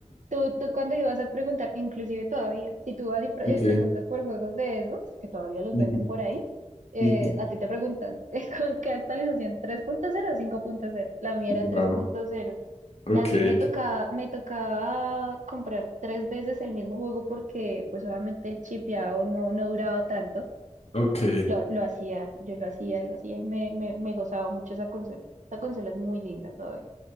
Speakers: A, on the right; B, on the left.
A: Tú, tú cuando ibas a preguntar, inclusive todavía, si tú vas y, pre-
B: Ok.
A: y preguntas por juegos de Xbox, que todavía los
B: Ujú,
A: venden por ahí, eh,
B: ujú.
A: a ti te preguntan, <laughs> ¿con qué actualización? tres punto cero o cinco punto cero La mía
B: Wow.
A: era tres punto cero
B: Ok.
A: Y así me tocaba, me tocaba comprar tres veces el mismo juego porque pues obviamente el chipeado no, no duraba tanto.
B: Ok.
A: Lo, lo hacía, yo lo hacía, lo hacía y me, me, me gozaba mucho esa consola. Esa consola es muy linda todavía.